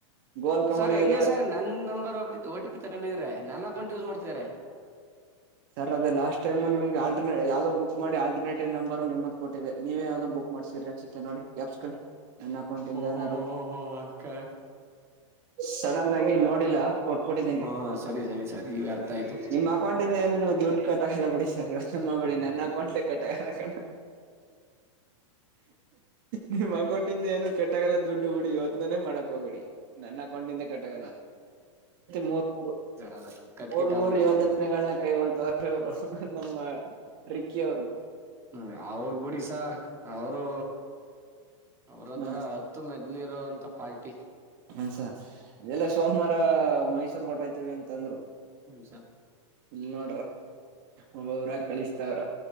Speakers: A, on the right; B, on the right.
A: ಗೋಲ್ ಕಮಡಿಗಿರ
B: ಸರ್ ಹೆಂಗೆ ಸರ್ ನನ್ ನಂಬರ್ ಒಬ ಓಟಿ ಪಿ ತಗೊಂಡಿದ್ರೆ ನನ್ನ ಅಕೌಂಟ್ ಯೂಸ್ ಮಾಡ್ತಿದ್ದಾರೆ
A: ಸರ್ ಅದ ಲಾಸ್ಟ್ ಟೈಮುಮ್ಗೆ ಆಟರ್ೇ ಯಾವ್ದೋ ಬುಕ್ ಮಾಡಿ ಆಲ್ಟರ್ೇಟಿವ್ ನಂಬರ್ ನಿ್ದ ಕೊಟ್ಟಿದೆ ನೀವೇ ಯಾವ್ದೋ ಬುಕ್ ಮಾಡ್ಸೀರಿ ಅನ್ಸುತ್ತತೆ ನೋಡಿ ಗ್ಯಾಪ್ಸ್ ಕಳಿ ನನ್ನ ಅಕೌಂಟಿಂದ
B: ಓಹೋ
A: ಏನು
B: ಹೋ ಹೋ ಹೋ ಅಕ್ಕ
A: ಸಡನ್ ಆಗಿ ನೋಡಿಲ್ಲ ಕೊಟ್ ಕೊಟ್ಟಿದ್ದೇನಿ
B: ಹಾ ಸರಿ ಸರಿ ಸರಿ ಈಗ ಅರ್ಥ ಆಯ್ತು
A: ನಿಮ್ಮ ಅಕೌಂಟಿಂದ ಏ ಎಾ ಸೆಾಳಡಿಸಿ ಸರ್ಗಸ್ ಮಾಡ್ಬೇಡಿ ನನ್ನಕೊಂಡಲಿ ಕಟ್ಟ ಕ ನಿಮ್ಮ ಅಕೋಟಿಂದ ಏನು ಕೆಟ್ಟಗಲ್ಲ ದುಡ್ಡು ಬಿಡಿ ಇವತ್ನಾನನೆ ಮಾಡಕ್ ಹೋಗಿಡಿ ನನ್ನ ಹಕೊಂಡಿಂದೆ ಕೆಟ್ಟಗಲ್ಲ ಮೂರ್ ಮೂರು
B: ಅದ ಕಟ್ಕಿಟ್
A: ಮೂರ್
B: ಆಗ್ಬಿಟ್ಟದು
A: ಮೂರು ಯೋಜನೆಗಳನ್ನ
B: ಅಂತ
A: ಕೈಗೊಳ್ ವರು ನಮ್ಮ ರಿಕ್ಕಿ ಅವರು
B: ಹ್ಮ್ ಅವ್ರ ಬಿುಡಿ ಸಾರ್ ಅವರು ಅವ್ರ ಒಂಥರ
A: ಹ
B: ಹತ್ತು ಮೆದ್ಲಿ ಇರೋಂತ ಪಾರ್ಟಿ
A: ಹ ಸರ್ ಎಲ್ಲ ಸೋಮವಾರ ಮೈಸೂರ್ ಹೊಟೈತಿವಿ ಅಂತಂದ್ರು
B: ಹ ಸರ್ <unintelligible>
A: ಹ್ಮ ಒಬ್ಬೊಬ್ರ ಕಳಿಸ್ತಾವ್ರ